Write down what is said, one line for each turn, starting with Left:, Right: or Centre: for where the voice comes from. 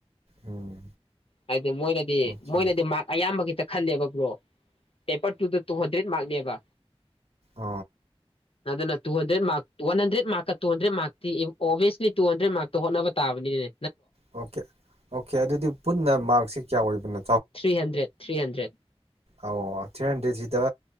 Right: ꯎꯝ
Left: ꯍꯥꯏꯗꯤ ꯃꯣꯏꯅꯗꯤ
Right: ꯑꯣꯀꯦ
Left: ꯃꯣꯏꯅꯗꯤ ꯃꯥꯔꯛ ꯑꯌꯥꯝꯕꯒꯤ ꯈꯜꯂꯦꯕ ꯕ꯭ꯔꯣ ꯄꯦꯄꯔ ꯇꯨꯗ ꯇꯨ ꯍꯟꯗ꯭ꯔꯦꯗ ꯃꯥꯔꯛꯅꯦꯕ
Right: ꯑ
Left: ꯑꯗꯨꯅ ꯇꯨ ꯍꯟꯗ꯭ꯔꯦꯠꯔꯛ ꯋꯥ ꯍꯟꯗ꯭ꯔꯦ ꯃꯥꯔꯛꯀ ꯇꯨꯟꯗ꯭ꯔꯦ ꯃꯥꯔꯛꯇꯤꯐ ꯑꯣꯕꯤꯌꯁꯂꯤ ꯇꯨ ꯍꯗ꯭ꯔꯦꯠ ꯃꯥꯔꯛꯇ ꯍꯣꯠꯅꯕ ꯇꯥꯕꯅꯤꯅꯅꯦ
Right: ꯑꯣꯀꯦ ꯑꯣꯀꯦ ꯑꯗꯨꯗꯤ ꯄꯨꯟꯅ ꯃꯥꯔꯛꯁꯦ ꯀꯌꯥ ꯑꯣꯏꯕꯅꯣ
Left: ꯊ꯭ꯔꯤ ꯍꯟꯗ꯭ꯔꯦꯠ ꯊ꯭ꯔꯤ ꯍꯟꯗ꯭ꯔꯦꯠ
Right: ꯑ ꯊ꯭ꯔꯤ ꯍꯟꯗ꯭ꯔꯦꯗꯁꯤꯗ